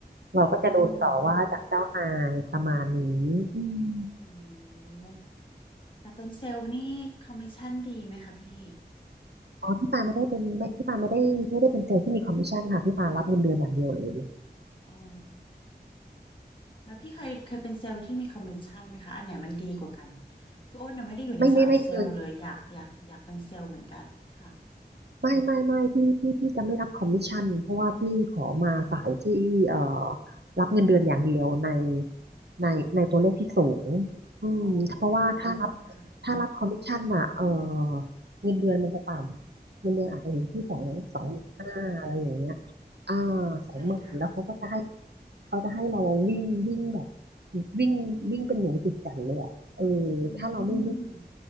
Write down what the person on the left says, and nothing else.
มโอ้โหแต่เป็นเซลล์นี่คอมมิชชั่นดีไหมคะพี่
อ๋อแล้วพี่เคยเคยเป็นเซลล์ที่มีคอมมิชชั่นไหมคะอันไหนมันดีกว่ากันคืออ้นน่ะไม่ได้อยู่ในสายเซลล์เลยอยากอยากอยากเป็นเซลล์เหมือนกันค่ะ
อ๋อค่ะ
อืม
อืมเข้าใจค่ะเข้าใจค่ะ
อื
ม